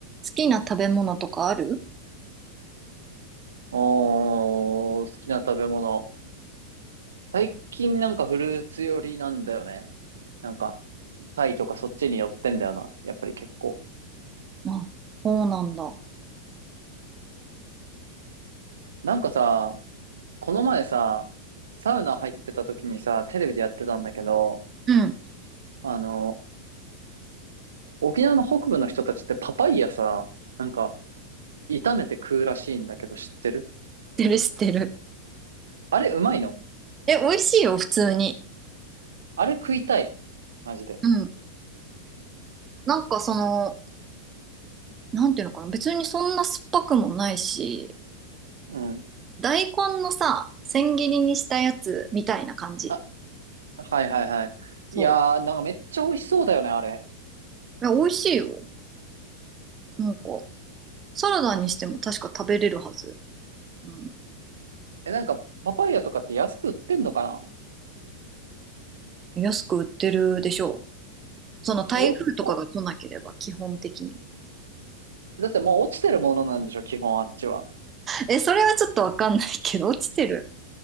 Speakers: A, on the right; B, on the right.
A: 好きな食べ物とかある
B: おー、好きな食べ物。最近なんかフルーツ寄りなんだよね。なんか、タイとかそっちに寄ってんだよな。やっぱり結構。
A: あ、そうなんだ。
B: なんかさ、この前さ、サウナ入ってた時にさ、テレビでやってたんだけど、
A: うん。知っ
B: あの、沖縄の北部の人たちってパパイヤさ、なんか、炒めて食うらしいんだけど知ってる
A: てる、知ってる。
B: あれうまいの
A: え、美味しいよ、普通に。
B: あれ食いたい。マジで。
A: うん。なんかその、なんていうのかな、別にそんな酸っぱくもないし、
B: うん。
A: 大根のさ、千切りにしたやつみたいな感じ。
B: あ、はいはいはい。
A: そ
B: いやー、なんかめっちゃ美味しそうだよね、あれ。
A: う。え、美味しいよ。なんか、サラダにしても確か食べれるはず。うん。
B: え、なんか、パパイヤとかって安く売ってんのかな
A: 安く売ってるでしょう。その台風とかが来なければ、
B: お、お、
A: 基本的に。
B: だってもう落ちてるものなんでしょ、基本あっちは。
A: え、それはちょっとわかんないけど、落ちてる。